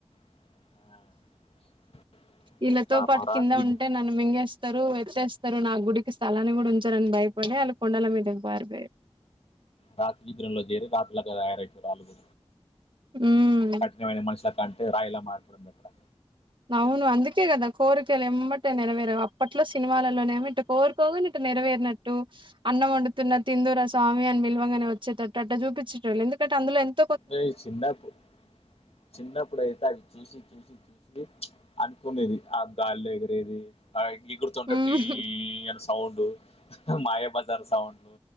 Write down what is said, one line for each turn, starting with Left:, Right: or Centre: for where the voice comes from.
Left: ఆ
Right: ఇలతో
Left: పాపం
Right: పాటు
Left: రాత్రి
Right: కింద ఉంటే నన్న మింగేస్త స్తారు ఎత్తేస్తారు నా గుడికి స్థలాన్ని కూడా ఉంచారని భయపడి వాళ్ళు కొండల మీద పారిపోయారు
Left: రాత్ర విగ్ర లో చేరి రాత్రలాగా తయారైతారుళ్లుు
Right: ఉమ్
Left: ఈ కట్న వ మనషల కంటే రాయిలా మారిపోతే ఇట్లా
Right: అవును అందుకే కదా కోరికలు ఇమ్మటే నెరవేరేవు అప్పట్లో సినిమాలలోనేమో ఇటు కోరుకోగానే ఇట్టు నెరవేరినట్టు అన్నం వండుతున్న తిందుూర స్వామి అని పిల్వంగానే వచ్చేటట్టు అట్ట చూపించేట వాళ్ళు ఎందుకు అందులో ఎంత
Left: న చిన్నప్పుడు చిన్నప్పుడు అయితే అవి చూసి చూసి చూసి అనుకునేది ఆ గాల్లో ఎగి రేది ఎగురుతుంటే
Right: హ్మ్.
Left: గొయ్యి అనే సౌండ్ మాయాబజార్ సౌండ్లు